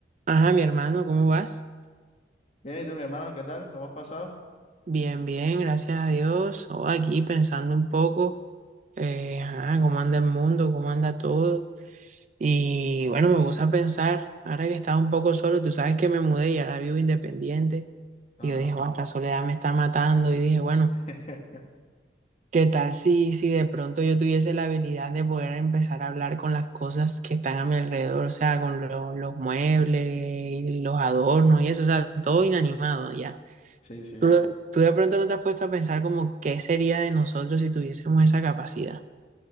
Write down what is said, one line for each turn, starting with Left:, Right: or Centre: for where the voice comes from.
Right: Ajá, mi hermano, ¿cómo vas?
Left: Bien, ¿y tú, mi hermano? ¿Qué tal? ¿Cómo has pasado?
Right: Bien, bien, gracias a Dios. Oh, aquí pensando un poco, eh, ajá, cómo anda el mundo, cómo anda todo. Y bueno, me puse a pensar, ahora que estaba un poco solo, tú sabes que me mudé y ahora vivo independiente.
Left: Ajá.
Right: Y yo dije, "Guau, esta soledad me está matando. Y dije, bueno,
Left: <laughs>
Right: ¿qué tal si, si de pronto yo tuviese la habilidad de poder empezar a hablar con las cosas que están a mi alrededor? O sea, con lo- los muebles, y los adornos y eso, o sea, todo inanimado ya
Left: Sí, sí.
Right: Tú de, tú de pronto no te has puesto a pensar como qué sería de nosotros si tuviésemos esa capacidad.